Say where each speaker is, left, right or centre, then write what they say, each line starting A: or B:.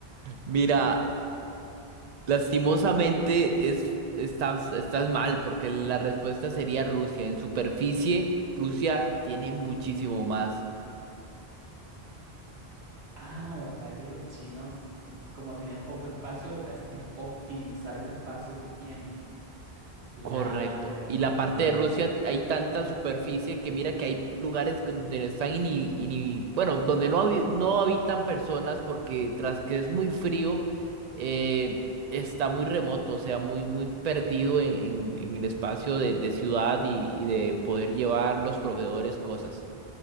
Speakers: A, on the right; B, on the right.
A: Mira. Lastimosamente es, estás, estás mal porque la respuesta sería Rusia. En superficie, Rusia tiene muchísimo más.
B: Ah, ¿verdad que los chinos, como tienen poco espacio, lo que hacen es optimizar ese espacio que tienen? Claro,
A: Correcto. Y la
B: claro.
A: parte de Rusia hay tanta superficie que mira que hay lugares que donde están y ni, y ni- bueno, donde no, habi- no habitan personas porque tras que es muy frío, eh, está muy remoto, o sea, muy, muy perdido en, en, en el espacio de, de ciudad y, y de poder llevar los proveedores cosas.